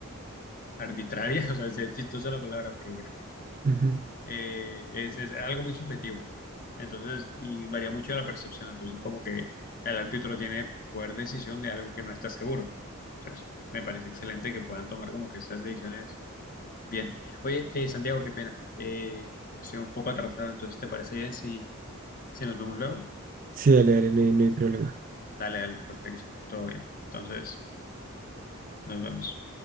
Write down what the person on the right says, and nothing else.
Ujú.
Sí, dale, dale, no hay, no hay problema.